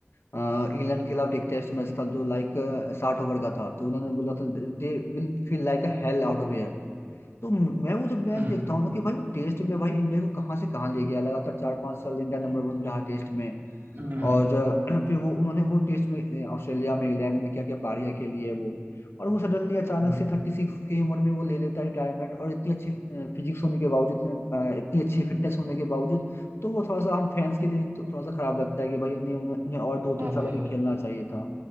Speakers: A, on the left; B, on the right.
A: अ, इंग्लैंड के खिलाफ एक टेस्ट मैच था जो लाइक साठ ओवर का था तो उन्होंने बोला था they will feel like a hell out of air तो मैं वो जब मैच
B: हम्म
A: देखता हूँ ना कि भाई वो टेस्ट में भाई इंडिया को कहाँ से कहाँ ले गया लगातार चार पांच साल इंडिया नंबर
B: हम्म
A: वन रहा टेस्ट में
B: हम्म
A: और अ, <clears throat> फिर वो उन्होंने वो टेस्ट में अ, ऑस्ट्रेलिया में इंग्लैंड में क्या क्या पारियां खेली है वो और वो सडनली अचानक
B: हम्म,
A: से थर्टी सिक्स की उम्र में वो ले लेता है रिटायरमेंट और इतनी अच्छी फिजिक्स होने के बावजूद इतने, अ, इतनी अच्छी फिटनेस होने के बावजूद तो वो थोड़ा सा हम फैंस के लिए तो थोड़ा सा खराब लगता है कि भाई उन्हें उन्हें उन्हें और दो
B: हाँ
A: तीन साल
B: भाई
A: अभी खेलना चाहिए था